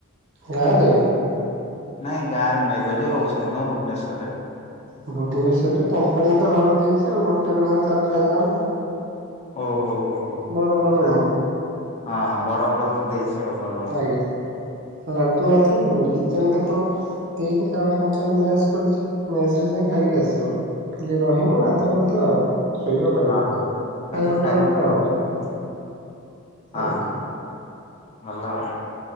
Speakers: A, on the right (about 60°); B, on the left (about 30°).
A: ଗାଁ ଦେ।
B: ନାଇଁ ଗାଁରେନୁହେଁ ଏବେ ଯେଉଁ ରହୁଚନ୍ତି ମ ଭୁବନେଶ୍ୱରରେ।
A: ଭୁବନେଶ୍ୱରରେ କମ୍ପାନୀ ତ ଘର ଦେଇଛି ଆଉ ଗୋଟେ ରୁମେ ଚାରି ପାଞ୍ଚ ଜଣ।
B: ଓହୋ ହୋ ହୋ
A: ବଡ ବଡ
B: ହଁ
A: ରୁମ୍
B: ବଡ ବଡ ରୁମ ଦେଇଛି। ଆଉ ଭଲ ହଉ
A: ଆଜ୍ଞା ଲାଟିନ ବାର୍ଥ ରୁମ୍ ନୁହଁ କି? <unintelligible> ଦେଇନି କାରଣ କପାନୀ ମେସ୍ କାରିଚି ମେସ୍ରେ ଯାଇ କି ଖାଇକି ଆସିବ। ଖାଲି ରହିବ
B: ହଁ ଓହୋ
A: ଗାଧୁଆ ପାଧୁଆ ଆଉ ଶୋଇବ ରଇବ
B: ହଁ।
A: ଖାଇବାଟା
B: ଖାଲି ଖାଇବା
A: ଅଲ୍ଗା
B: ପିଇବା
A: ଆଉ।
B: ହଁ ହଁ
A: ଆଜ୍ଞା
B: ଭଲ ଆଉ।